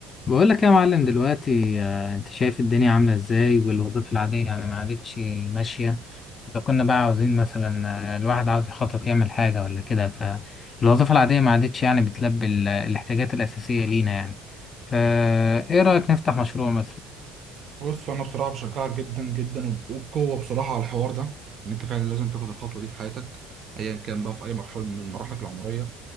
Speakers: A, on the left; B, on the right.
A: بقول لك يا معلم دلوقتي آه، انت شايف الدنيا عامله ازاي والوظيفه العاديه يعني ما عادتش ماشيه لو كنا بقى عاوزين مثلا آه، الواحد عاوز يخطط يعمل حاجه ولا كده فالوظيفه العاديه ما عادتش يعني بتلبي ال- الاحتياجات الاساسيه لينا يعني فايه رايك نفتح مشروع مثلا
B: بص انا بصراحه بشجعك جدا جدا وب- وبقوه بصراحه على الحوار ده ان انت فعلا لازم تاخد الخطوه دي في حياتك ايا كان بقى في اي مرحله من مراحلك العمريه